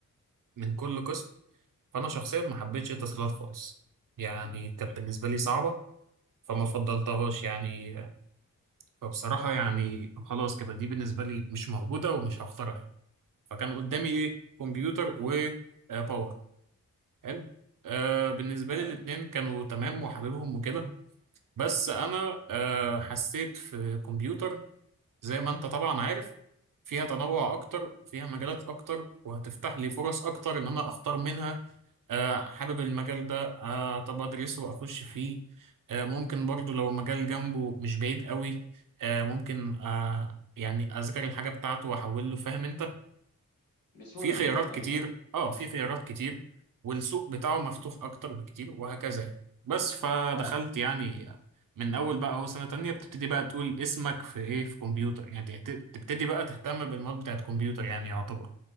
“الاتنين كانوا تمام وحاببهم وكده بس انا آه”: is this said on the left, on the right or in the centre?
Right